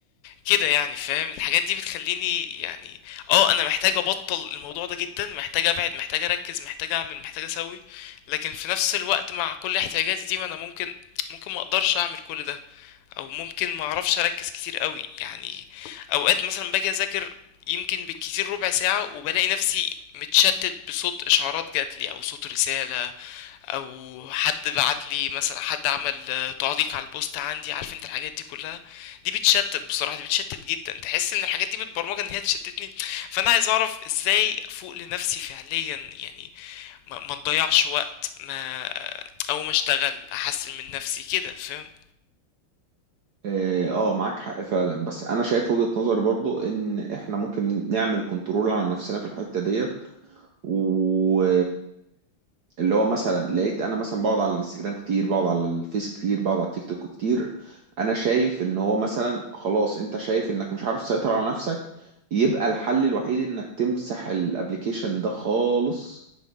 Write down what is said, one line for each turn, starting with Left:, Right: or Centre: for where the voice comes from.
Left: كده يعني فاهم الحاجات دي بتخليني يعني اه انا محتاج ابطل الموضوع ده جدا محتاج ابعد محتاج اركز محتاج اعمل محتاج اسوي لكن في نفس الوقت مع كل احتياجاتي دي ما انا ممكن ممكن ما اقدرش اعمل كل ده او ممكن ما اعرفش اركز كتير قوي يعني اوقات مثلا باجي اذاكر يمكن بالكتير ربع ساعة وبلاقي نفسي متشتت بصوت اشعارات جاتلي او صوت رسالة او حد بعتلي مثلا حد عمل آه، تعليق على البوست عندي عارف انت الحاجات دي كلها دي بتشتت بصراحة دي بتشتت جدا تحس ان الحاجات دي متبرمجة ان هي تشتتني فانا عايز اعرف ازاي افوق لنفسي فعليا يعني ما, ما تضيعش وقت ما او ما اشتغل احسن من نفسي كده فاهم
Right: اه آه، معاك حق فعلا بس انا شايف وجهة نظري برضو ان احنا ممكن نعمل كنترول على نفسنا في الحتة ديت و اللي هو مثلا لقيت انا مثلا بقعد على الانستجرام كتير بقعد على الفيس كتير بقعد على التيك توك كتير انا شايف ان هو مثلا خلاص انت شايف انك مش عارف تسيطر على نفسك يبقى الحل الوحيد انك تمسح الابليكيشن ده خالص